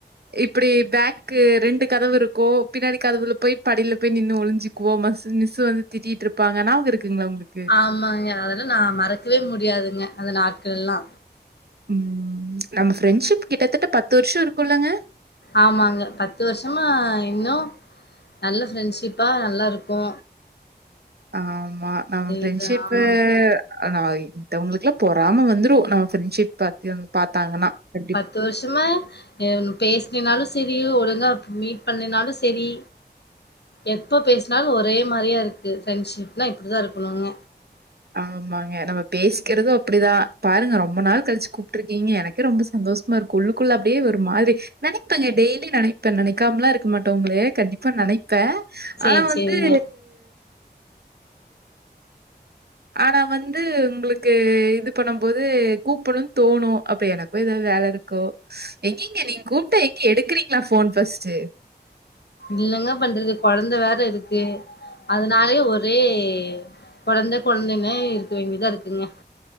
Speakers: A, on the right; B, on the left.
A: இப்பிடி பேக் க்கு ரெண்டு கதவு இருக்கும் பின்னாடி கதவுல போய் படில போய் நின்னு ஒளிஞ் சுக்குவோ மஸ் மிஸ்ஸு வந்து திட்டிட்ருப்பாங்க ஞாவகருக்குங்ளா ஒங்ளுக்
B: ஆமாங்க அதெலா நா மறக்கவே முடியாதுங்க அந்த நாட்கள்லா
A: ம் நம்ம ஃப்ரெண்ட்ஷிப் கிட்டத்தட்ட பத்து வருஷருக்குல்லங்க
B: ஆமாங்க பத்து வருஷமா இன்னு நல்ல ஃப்ரெண்ட்ஷிப்பா நல்லாருக்கோ
A: ஆமா நம்ம ஃப்ரெண்ட்ஷிப்பு
B: இது ஆமாங்க
A: நா மித்தவுங்களுக்லா பொறாம வந்துரு நம்ம ஃப்ரெண்ட்ஷிப் பாத்து பாத்தாங்கன்னா கண்டிப்
B: த்து வருஷமா அ பேசிக்னாலு செரி ஒழுங்கா மீட் பண்லனாலு செரி எப்ப பேசுனாலு ஒரே மாரியாருக்கு ஃப்ரெண்ட்ஷிப்னா இப்பிடிதாருக்குணுங்க
A: ஆமாங்க நம்ம பேசிக்கறது அப்டிதா பாருங்க ரொம்ப நாள் கழ்ச்சு கூப்ட்ருக்கீங்க எனக் கே ரொம்ப சந்தோஷமா இருக்கு உள்ளுக்குள்ள அப்டியே ஒரு மாரி நெனைப்பங்க டெய்லி நெனைப்ப நெனைக்காமலா இருக்க மாட்ட ஒங்களய கண்டிப்பா நெனைப்பே
B: சேரி
A: ஆனா வந்து
B: சேரிங்க
A: ஆனா வந்து உங்குளுக்கு இது பண்ணும்போது கூப்புனுந் தோணு அப்ப எனக் க்கு ஏதாது வேலருக்கு எங்கங்க நீங்க கூப்ட்டா எங்க எடுக்கிறீங்ளா ஃபோன் ஃபஸ்ட்டு
B: இல்லங்க பண்றது கொழந்த வேற இருக்கு அதனாலே ஒரே கொழந்த கொழந்தைன்னே இருக்க வேண்டியதா இருக்குங்க